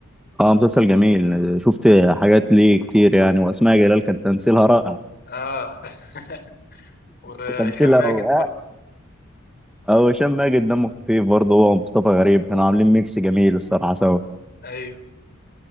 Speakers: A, in the centre; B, on the left.
A: اه مسلسل جميل شفت حاجات ليه كتير يعني واسماء جلال كان تمثيلها رائع
B: اه <laughs> وهشام
A: تمثيلها
B: ماجد
A: و...
B: برضه
A: اه وهشام ماجد دمه خفيف برضه هو ومصطفى غريب كانوا عاملين ميكس جميل الصراحه سوا
B: ايوه